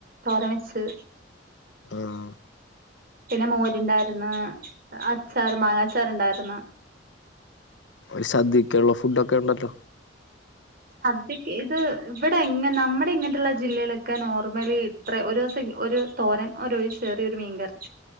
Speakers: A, on the right; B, on the left.
A: തോരം വെച്ച്.
B: ആഹ.
A: പിന്നെ മോരിണ്ടായിര്ന്ന് അച്ചാർ മാങ്ങ അച്ചാർ ഇണ്ടായിര്ന്ന്..
B: ഒരു സദ്യക്കുള്ള ഫുഡോക്കെണ്ടല്ലോ..
A: സദ്യക്ക് ഇത് ഇവിടെ എങ്ങെ നമ്മുടെ ഇങ്ങൻട്ട്ള്ള ജില്ലയിലൊക്കെ നോർമലി.. ത്രേ ഒരുസം ഒരു തോരൻ ഒഴി ചെറിയൊരു. മീൻകറി..